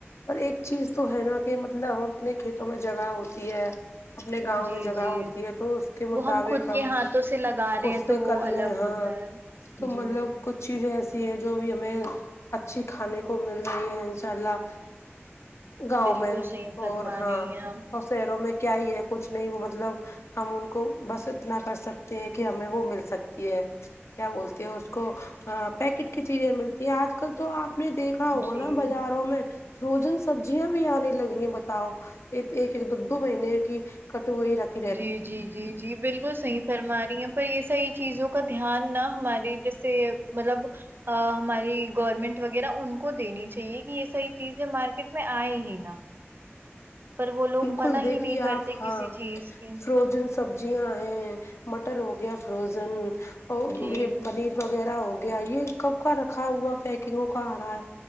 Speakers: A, on the left (about 85°); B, on the right (about 55°).
A: پر ایک چیز تو ہے نا کہ مطلب ہم اپنے کھیتوں میں جگہ ہوتی ہے اپنے گاؤں
B: جی
A: میں جگہ
B: جی
A: ہوتی ہے تو اس کے مطابق
B: وہ خود
A: ہم
B: کے ہاتھوں سے لگا
A: کتے
B: رہے ہیں تو وہ
A: کر
B: الگ
A: لیں ہاں
B: ہوتا ہے
A: تو
B: جی
A: مطلب کچھ چیزیں ایسی ہیں جو بھی ہمیں اچھی کھانے کو مل رہی ہے ان شاء اللہ گاؤں
B: بالکل
A: میں
B: صحیح فرما
A: اور ہاں
B: رہی ہیں آپ
A: اور شہروں میں کیا ہی ہے کچھ نہیں وہ مطلب ہم ان کو بس اتنا کر سکتے ہیں کہ ہمیں وہ مل سکتی ہے کیا بولتے ہیں اس کو پیکٹ کی چیزیں ملتی ہیں آج کل تو آپ نے دیکھا ہوگا
B: جی
A: نا بازاروں میں فروزن سبزیاں بھی آنے لگی ہیں بتاؤ ایک ایک دو دو مہینے کی کٹوئی رکھ
B: جی جی جی جی بالکل صحیح فرما رہی ہیں پر یہ ساری چیزوں کا دھیان نہ ہماری جیسے مطلب ہماری گورنمنٹ وغیرہ ان کو دینی چاہیے کہ یہ ساری چیزیں مارکیٹ میں آئے ہی نا پر وہ لوگ
A: بالکل
B: منع
A: دیکھیے
B: ہی نہیں کرتے
A: آپ ہاں
B: کسی چیز کی
A: فروزن سبزی جی ہ ہیں مٹن ہو گیا فروزن اور
B: جی
A: یہ پنیر وغیرہ ہو گیا یہ کب کا رکھا ہوا پیکنگوں کا آ رہا ہے